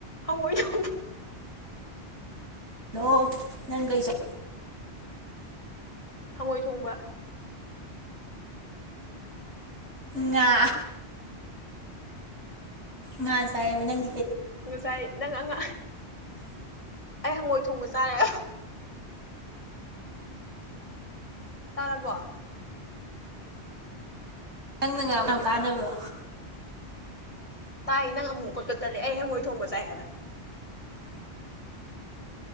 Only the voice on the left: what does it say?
ꯑꯣꯏꯁꯨ
ꯍꯉꯣꯏ ꯊꯣꯡꯕ
ꯉꯁꯥꯏ ꯅꯪ ꯑꯉ ꯑꯩ ꯍꯪꯉꯣꯏ ꯊꯣꯡꯕꯁ ꯆ ꯇꯥꯔꯔꯕꯣ
ꯇꯥꯏ ꯅꯪ ꯑꯃꯨꯛ ꯄꯞ ꯆꯠꯇꯠꯔꯦ ꯑꯩ ꯍꯪꯉꯣꯏ ꯊꯣꯡꯕ ꯆꯥꯏꯑꯕ